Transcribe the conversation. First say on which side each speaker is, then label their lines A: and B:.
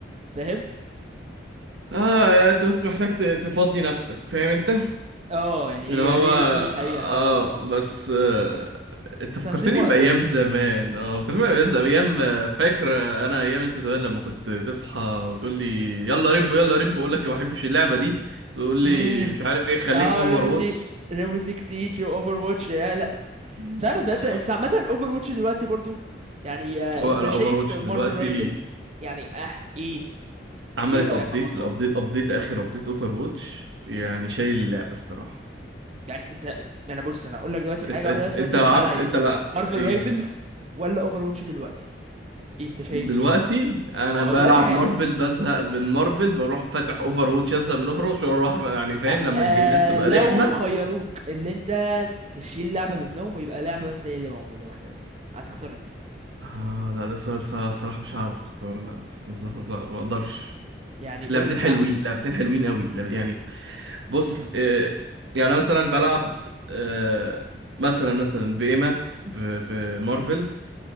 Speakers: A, on the right; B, on the right.
A: فاهم
B: اه انت بس محتاج ت- تفضي نفسك فاهم انت
A: اه يعني
B: اللي
A: هي
B: هو
A: هي
B: اه
A: دي الحقيقة فعلا
B: بس آه، انت فكرتني
A: تنظيم وقت
B: بايام
A: بس
B: زمان اه فكرتني بايام زمان ايام آه، فاكر آه، انا ايام انت زمان لما كنت تصحى وتقول لي يلا ريمبو يلا ريمبو اقول لك ما بحبش اللعبه دي تقول لي
A: مم.
B: مش عارف ايه خليك
A: اه
B: في اوفر
A: ريمبو
B: واتش
A: سي ريمبو 6 سيج واوفر واتش يا لا فعلا
B: لا
A: بجد بس عامة اوفر واتش دلوقتي برضو يعني آه
B: لا
A: انت شايف
B: اوفر واتش
A: مارفل
B: دلوقتي
A: رايفل يعني اه ايه
B: عملت
A: ايه رأيك
B: ابديت
A: على الموضوع
B: الابديت ابديت اخر ابديت اوفر واتش يعني شايل اللعبه الصراحه
A: يعني انت انا بص انا هقول لك دلوقتي حاجه
B: انت
A: واحده
B: انت
A: بس
B: انت
A: وانت رد
B: لعبت
A: عليا
B: انت لا
A: مارفل
B: ايه
A: رايفلز ولا اوفر واتش دلوقتي انت شايف
B: دلوقتي
A: ايه
B: انا
A: اه
B: بلعب
A: دلوقتي حالا
B: مارفل بزهق من مارفل بروح فاتح اوفر واتش ازهق من اوفر واتش واروح يعني فاهم
A: أ-
B: لما
A: آه
B: الجيمات تبقى
A: لو
B: رخمه
A: خيروك اللي انت تشيل لعبه منهم ويبقى لعبه بس هي اللي موجوده واحده بس هتختار ايه
B: آه لا ده سؤال صع- صراحه مش هعرف اختار لا بس- بس- بس- لا ما اقدرش
A: يعني
B: لعبتين
A: بص
B: حلوين
A: ع-
B: لعبتين حلوين قوي لعب- يعني بص
A: مم.
B: آه يعني انا مثلا بلعب آه مثلا مثلا بإيما ب- في مارفل